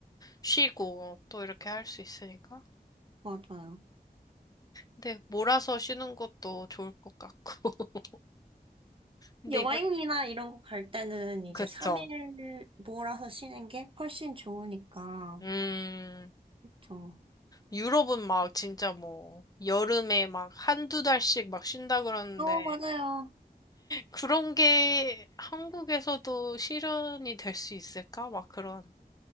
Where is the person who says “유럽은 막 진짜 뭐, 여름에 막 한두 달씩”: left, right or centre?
Left